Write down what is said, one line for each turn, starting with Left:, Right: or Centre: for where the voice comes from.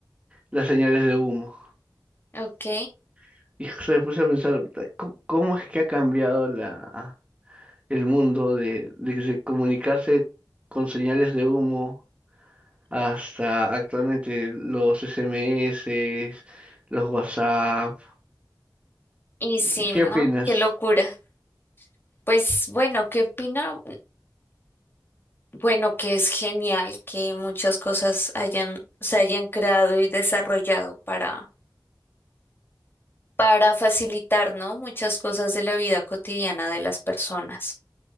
Right: las señales de humo.
Left: ok.
Right: <laughs> Hijo, se me puse a pensar, puta, ¿cómo cómo es que ha cambiado la, el mundo de, de que se- comunicarse con señales de humo hasta actualmente los SMS, los WhatsApp?
Left: Y sí,
Right: ¿Qué, qué
Left: ¿no?
Right: opinas?
Left: Qué locura. Pues bueno, ¿qué opina? Bueno, que es genial que muchas cosas hayan, se hayan creado y desarrollado para, para facilitar, ¿no? Muchas cosas de la vida cotidiana de las personas.